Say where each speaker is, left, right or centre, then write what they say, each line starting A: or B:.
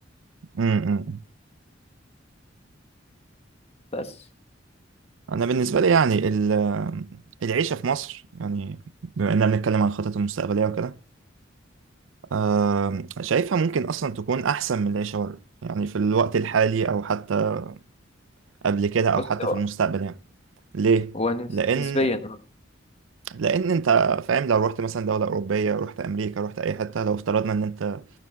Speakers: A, on the right; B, on the left.
A: امم
B: بس
A: انا بالنسبه لي يعني ال- العيشه في مصر يعني بما اننا بنتكلم عن الخطط المستقبليه وكده آم، شايفها ممكن اصلا تكون احسن من العيشه بره يعني في الوقت الحالي او حتى قبل كده او
B: بص
A: حتى
B: هو
A: في المستقبل يعني ليه
B: هو نس-
A: لان
B: نسبيا
A: لان انت فاهم لو رحت مثلا دوله اوروبيه رحت امريكا رحت اي حته لو افترضنا ان انت